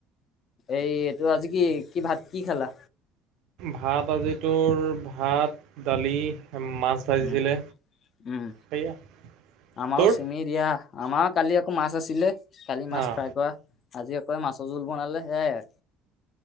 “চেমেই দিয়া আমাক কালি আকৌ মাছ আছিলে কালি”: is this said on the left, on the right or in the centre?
Left